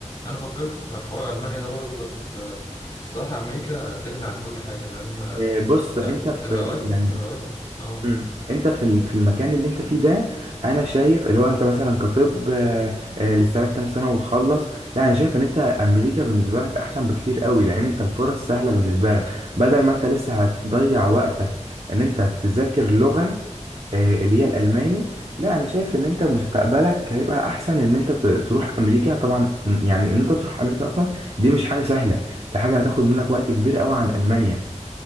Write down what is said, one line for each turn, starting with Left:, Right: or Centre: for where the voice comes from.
Left: انا فكرت في حوار المانيا ده برضه بس آه، الصراحه امريكا تغني عن كل حاجه لان
Right: آه، بص انت في
Left: الرواتب
Right: يعني
Left: الرواتب اه
Right: مم. انت في الم- في المكان اللي انت فيه ده انا شايف اللي هو انت مثلا كطب آه، آه، لسه لك كام سنه وتخلص لا انا شايف ان انت امريكا بالنسبه لك احسن بكتير قوي لان انت الفرص سهله بالنسبه لك بدل ما انت لسه هتضيع وقتك ان انت تذاكر لغه آه، اللي هي الالماني لا انا شايف ان انت مستقبلك هيبقى احسن ان انت ت- تروح امريكا طبعا م، يعني ان انت تروح امريكا اصلا دي مش حاجه سهله دي حاجه هتاخد منك وقت كبير قوي عن المانيا